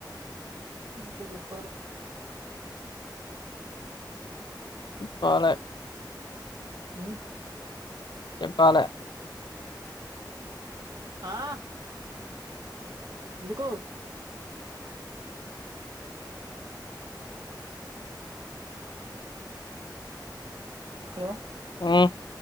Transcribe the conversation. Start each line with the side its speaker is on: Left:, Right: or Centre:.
Right: ఇంకా చెప్పాలే
Left: ఇప్పలే
Right: ఉ
Left: చెప్పాలే
Right: ఆ ఎందుకు హలో
Left: ఊ